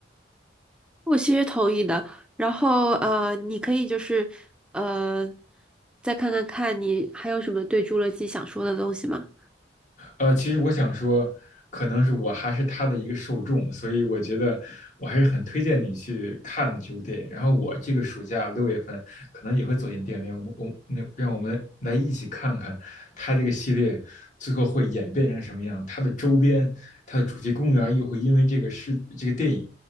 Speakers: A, in the centre; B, on the left (about 40°).
A: 我其实同意的。然后呃，你可以就是呃，再看看看你还有什么对《侏罗纪》想说的东西吗？
B: 呃，其实我想说，可能是我还是他的一个受众，所以我觉得我还是很推荐你去看的这部电影。然后我这个暑假六月份可能也会走进电影院，我我那让我们来一起看看他这个系列最后会演变成什么样，它的周边、它的主题公园又会因为这个事这个电影